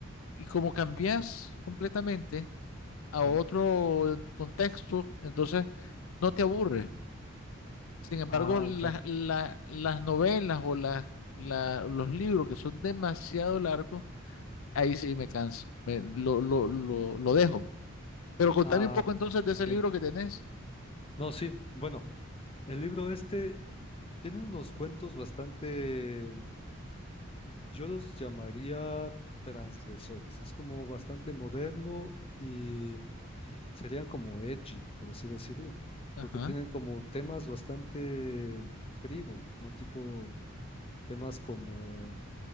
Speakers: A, on the left (about 75°); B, on the left (about 25°).
A: y como cambias completamente a
B: ujú.
A: otro contexto, entonces no te aburre. Sin embargo,
B: Ah,
A: la-
B: claro.
A: la- las novelas o las- la- los libros que son demasiado largos, ahí sí me canso, me- lo, lo, lo, lo dejo. Pero contame
B: Ah,
A: un poco entonces de
B: entiendo.
A: ese libro que tenés.
B: No, sí, bueno. El libro este tiene unos cuentos bastante, yo los llamaría transgresores. Es como bastante moderno y serían como edgy, por así decirlo,
A: Ajá.
B: porque tienen como temas bastante frívolos, ¿no? Tipo temas como